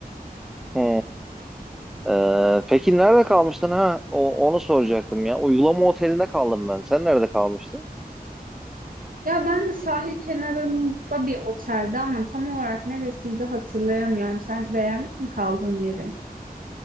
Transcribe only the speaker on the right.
Ya ben de sahil kenarında bir otelde ama tam olarak neresiydi hatırlayamıyorum. Sen beğendin mi kaldığın yeri?